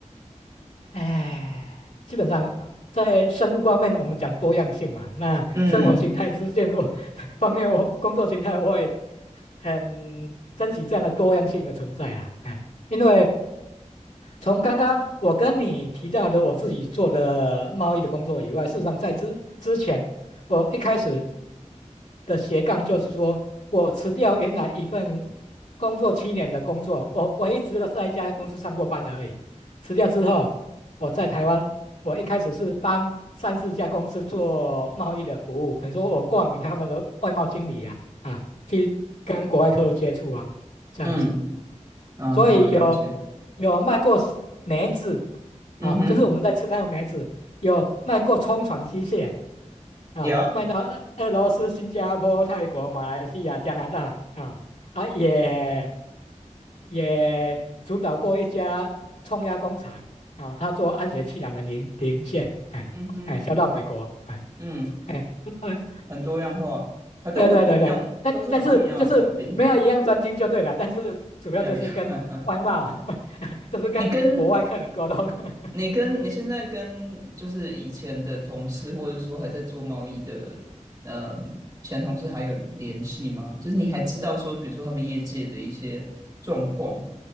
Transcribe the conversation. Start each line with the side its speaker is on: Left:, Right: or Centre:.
Left: 哎，基本上在生物方面我们讲多样性嘛，那生活形态嗯之间我
Right: 嗯
Left: <laughs> 方面我工作形态我也很珍惜这样的多样性的存在啊，哎，因为从刚刚我跟你提到的我自己做的贸易的工作以外，事实上在之之前。我一开始的斜杠就是说，我辞掉原来一份工作七年的工作，我我一都都在一家公司上过班而已。辞掉之后，我在台湾，我一开始是帮三四家公司做贸易的服务，等于说我冠名他们的外贸经理啊，啊，去跟国外客户接触啊，这样子。
Right: 嗯啊，
Left: 所以有
Right: 了解。
Left: 有卖过 s- 梅子
Right: 嗯哼，
Left: 啊，就是我们在吃那个梅子，有卖过冲船机械啊，
Right: 有，
Left: 卖到俄俄罗斯、新加坡、泰国、马来西亚、加拿大啊啊，也也主导过一家冲压工厂啊，他做安全气囊的零零件，哎哎，
Right: 嗯哼，
Left: 销到美国，哎
Right: 嗯，
Left: 哎，<laughs>
Right: 很多样化，它都很不一样，
Left: 对对对对，但但是就是没有一样专精就对了，
Right: 都是很不一样的产品，
Left: 但是主要就是跟外贸，
Right: 没有一样。
Left: <laughs>
Right: <laughs>
Left: 就是跟国外客人沟通。
Right: 你跟
Left: <laughs>
Right: 你跟你现在跟就是以前的同事，或者说还在做贸易的，嗯，
Left: 嗯
Right: 前同事还有联系吗？就是你还知道说，比如说他们业界的一些状况，